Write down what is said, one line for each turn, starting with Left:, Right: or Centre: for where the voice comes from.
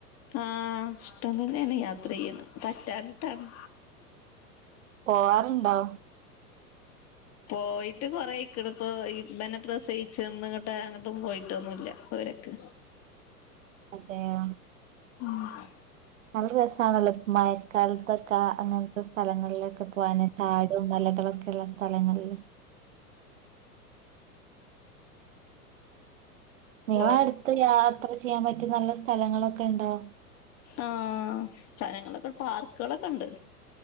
Left: ആഹ് ഇഷ്ടം തന്നെണ് യാത്ര ചെയ്യണത് പറ്റാനിട്ടാണ്
Right: പോവാറുണ്ടൊ
Left: പോയിട്ട് കൊറെ അയ്ക്ണിപ്പൊ. ഇബനെ പ്രസവിച്ച് ന്ന് ഇങ്ങട്ടും അങ്ങട്ടും പോയിട്ടൊന്നുല്ല പൊരക്ക്
Right: അതെയോ
Left: <unintelligible>
Right: നല്ല രസാണല്ലോ മഴക്കാലത്തൊക്ക അങ്ങൻത്തെ സ്ഥലങ്ങളില് ക്കെ പോവാന്. കാടും മലകളൊക്കെ ഉള്ള സ്ഥലങ്ങളിൽ നിങ്ങളെ
Left: പോ
Right: അടുത്ത് യാത്ര ചെയ്യാൻ പറ്റിയ നല്ല സ്ഥലങ്ങളൊക്കെ ഉണ്ടോ
Left: ആഹ്. സ്ഥലങ്ങളൊക്കെ പാർക്കുകളൊക്കെ ഉണ്ട്